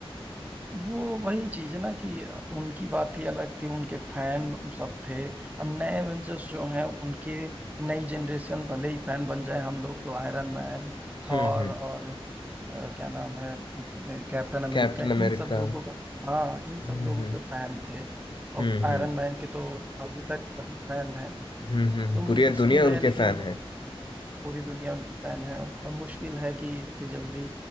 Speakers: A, on the right (about 15°); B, on the left (about 50°).
A: वो वही चीज है ना कि उनकी बात ही अलग थी उनके फैन सब थे अब नए एवेंजर्स जो हैं उनके नई जनरेशन भले ही फैन बन जाए हम लोग तो आयरन मैन थॉर
B: हम्म हम्म
A: और अ, क्या नाम है कैप्टन अमेरिका
B: Captain America
A: इन सब लोगों का हाँ इन सब
B: हम्म
A: लोगों
B: हम्म
A: के फैन थे और
B: हम्म
A: आयरन
B: हम्म
A: मैन के तो अभी तक अभी फैन है
B: हम्म, हम्म, हम्म,
A: तो
B: पूरी
A: मुश्किल
B: दुनिया
A: है
B: उनके
A: लेकिन
B: फैन है
A: पूरी दुनिया उनकी फैन है और, और मुश्किल है कि इतनी जल्दी